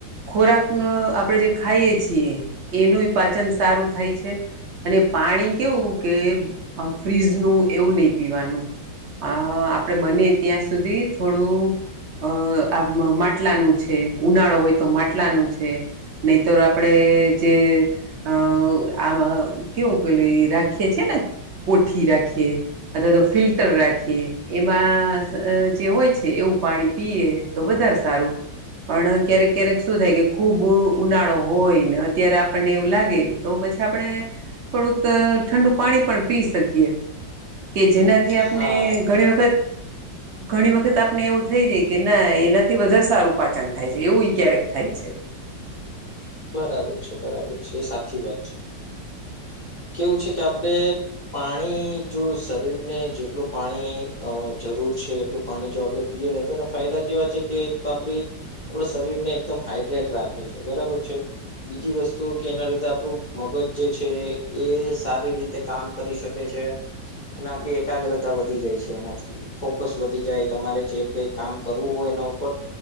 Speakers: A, on the right; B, on the left.
A: ખોરાક ન આપણેે જે ખાઈએ છીએ એનું પાચન સારું થાય છે અને પાણી કેવું કે ફ્રીજનું એવું નહીિ પીવાનું અ આપડે બને ત્યાં સુધી થોડું અ આ માટલાનું છે ઉનાળો હોય તો માટલાનું છે નહી તોર આપડે જે અ આમાં કેવું કેે રાખીએ છે ને કોઠી રાખીએ અથવા તો ફિલ્ટર રાખીએ એમાં જે હોય છે એવું પાણી પીએ તો વધારે સારું પણ ક્યારેક ક્યારેક શું થાય કે ખુબ ઉનાળો હોય ને અત્યારે આપણને એવું લાગે તોછ પછી આપણે થોડુંક ઠંડુ પાણી પણ પી શકીએ કે જેનાથી આપણે
B: હા
A: ઘણી વખત ઘણી વખત આપને એવું થઈ જાય કે ના એનાથી વધારે સારું પાચન થાય છે એવું ક્યારેક થાય છે <unintelligible>
B: બરાબર છે બરાબર છે એ સાચી વાત છે કેવું છે કે આપડે પાણી જો શરીરને જેટલું પાણી જરૂર છે એટલું પાણી જો આપડણે પીએ તો એને ફાયદા કે આપ આપણા શરીરને એકદમ હાઈડ્રેટ રાખે છે બરાબર છે બીજી વસ્તુ કે એના લીધે આપડું મગજ જે છે એ સારી રીતે કામ કરી શકે છે અને આપ એકાગ્રતા વધી જાય છે એનાથી ફોકસ વધી જાય તમારે જે કઈ કામ કરવું હોય એના ઉપર